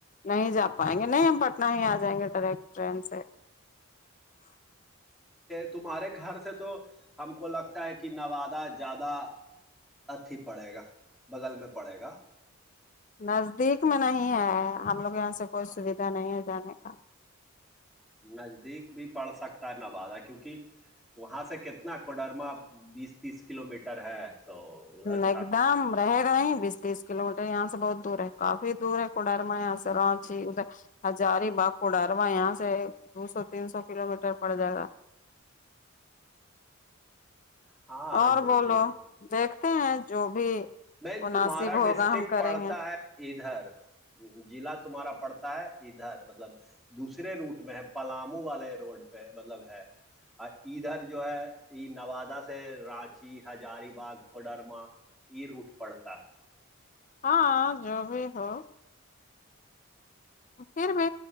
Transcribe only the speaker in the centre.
تمہارے گھر سے تو ہم کو لگتا ہے کہ نوادہ زیاادہ اھی پڑے گا بغل میں پڑے گا
ہاں
نزدیک بھی پڑھ سکتا ہے نبازا کیونکہ وہاں سے کتنا کوڈرما بیس تیس کلو میٹر ہے تو ادھر جھا
ہاں
جو
بھی ہے
بن
تمہارا ڈسٹرک
پڑتا
ہے ادھر ضلع تمہارا پڑتا ہے ادھر مطلب دوسرے روٹ میں ہے پلامو والے روڈ پہ مطلب ہے اور ادھر جو ہے نوادہ سے رانچی ہجاری باغ کوڈرما یہ روٹ پڑتا ہے